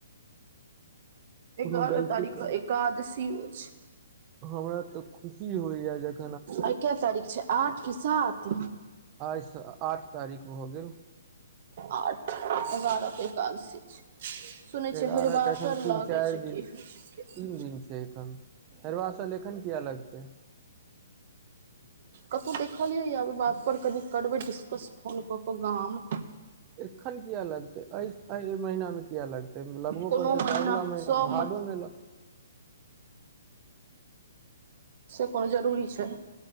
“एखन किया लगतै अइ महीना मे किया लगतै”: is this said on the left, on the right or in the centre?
Right